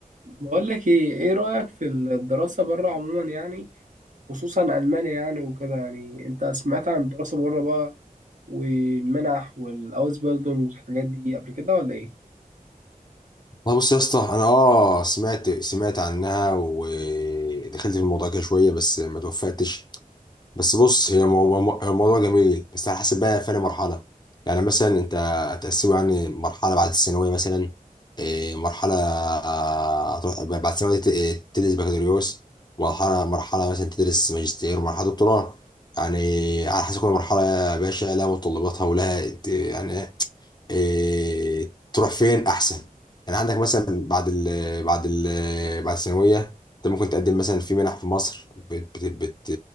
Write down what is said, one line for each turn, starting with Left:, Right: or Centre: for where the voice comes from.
Right: بقول لك ايه ايه رأيك في الدراسة بره عموما يعني خصوصا ألمانيا يعني وكده يعني انت سمعت عن الدراسة بره بقى والمنح والاوزبيلدونج والحاجات دي قبل كده ولا ايه
Left: والله بص يا اسطى انا اه سمعت سمعت عنها ودخلت في الموضوع كده شويه بس ما توفقتش بس بص هي مو- مو- الموضوع جميل بس على حسب بقى فين مرحله يعني مثلا انت هتقسمه يعني مرحله بعد الثانويه مثلا إيه، مرحله آه، هتروح بعد الثانويه ت- إيه، تدرس بكالوريوس مرحله مرحله مثلا تدرس ماجستير ومرحله دكتوراه يعني على حسب كل مرحله يا باشا لها متطلباتها ولها إيه، يعني إيه، تروح فين احسن يعني عندك مثلا بعد ال بعد ال بعد الثانويه انت ممكن تقدم مثلا في منح في مصر بت بت بت